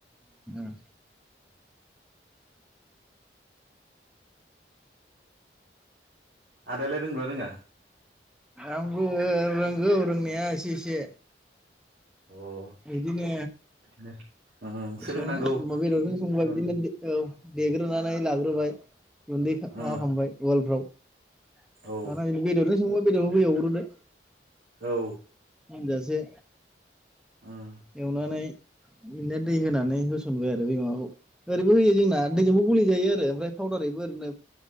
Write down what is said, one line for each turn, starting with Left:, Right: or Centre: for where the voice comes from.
Centre: ओ
Right: आदायालाय रोंगौना रोङा।
Centre: आंबो रोंगौ रोंनाया एसे एसे।
Right: अ
Centre: बिदिनो
Right: बिदिनो उम सोलोंनांगौ
Centre: सङो बेदरजों संबा
Right: उम
Centre: बिदिनो औ। देग्रोनानै लाग्रोबाय। <unintelligible>
Right: उम
Centre: <unintelligible>
Right: औ
Centre: बेदरखौ‌ एउग्रोबाय।
Right: औ
Centre: मोनजा से।
Right: उम
Centre: एवनानै। बिदिनो दै होनानै होसनबाय आरो बै‌ माबाखौ। बो होयो जोंना
Right: औ
Centre: दैजोंबो गुलि जायो आरो। ओमफ्राय पाउदारैबो ओरैनो